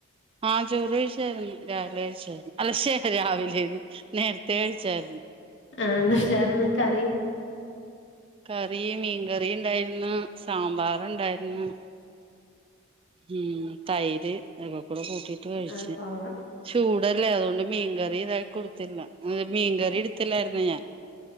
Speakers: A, on the right; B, on the left.
A: ആ ചോറ് കഴിച്ചാരുന്നു രാവിലെ കഴിച്ചാരുന്നു അല്ല ശെ രാവിലെന്ന് നേരത്തെ കഴിച്ചാരുന്നു
B: ആഹ് എന്നചൊർന്ന് കറി
A: കറി മീൻകറി ഇണ്ടായിരുന്നു സാമ്പാറ് ഒണ്ടായിരുന്നു ഉം തൈര് അക്കെ കൂടെ കൂട്ടിട്ട് കഴിച്ചെ
B: ആഹ് കൊള്ളാം
A: ചൂട് ടല്ലേ അതുകൊണ്ട് മീൻകറി ഇതാക്കി കൊടുത്തില്ലഅത് മീൻകറി എടുത്തില്ലാരുന്നു ഞാൻ.